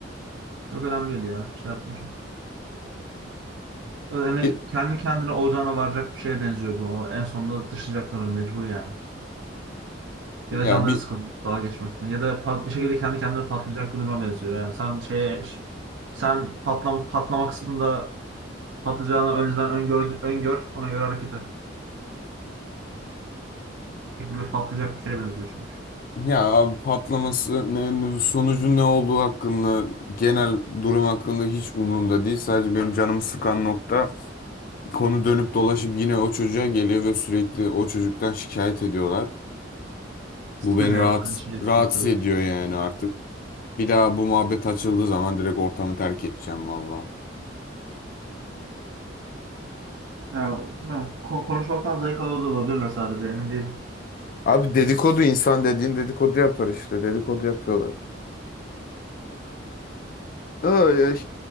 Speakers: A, on the right; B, on the left.
A: Çok önemli değil ya. Şey yapma çok. Yani
B: Bir-
A: kendi kendine olacağına varacak bir şeye benziyor bu. O En sonunda dışlayacaklar onu mecbur yani. Ya da
B: ya
A: canları
B: bir
A: sıkılacak dalga geçmekten. Ya da pat- bir şekilde kendi kendine patlayacak bir duruma benziyor. Yani sen şeye ş- sen patlama, patlama kısmında patlayacağını önceden öngör, öngör ona göre hareket et. böyle patlayacak bir şeye benziyor çünkü.
B: ya abi patlaması ne, ne- sonucu ne olduğu hakkında genel durum hakkında hiç umurumda değil. Sadece benim canımı sıkan nokta konu dönüp dolaşıp yine o çocuğa geliyor ve sürekli o çocuktan şikayet ediyorlar.
A: Sıkıcı
B: Bu beni
A: evet
B: rahat,
A: aynı şeyi
B: rahatsız
A: yapıyoruz.
B: ediyor yani artık. Bir daha bu muhabbet açıldığı zaman direkt ortamı terk edeceğim valla.
A: Yani, bilmiyorum, ko- konuşmaktan zayıf alıyor da olabilirler sadece emin değilim.
B: Abi dedikodu insan dediğin dedikodu yapar işte. Dedikodu yapıyorlar. Ay, ay.